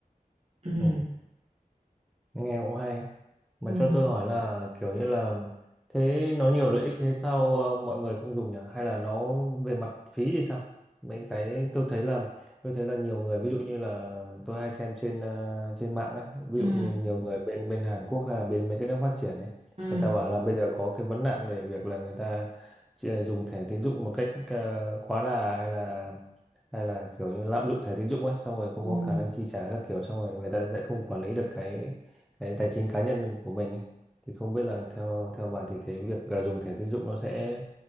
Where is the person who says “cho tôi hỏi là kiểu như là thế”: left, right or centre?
Centre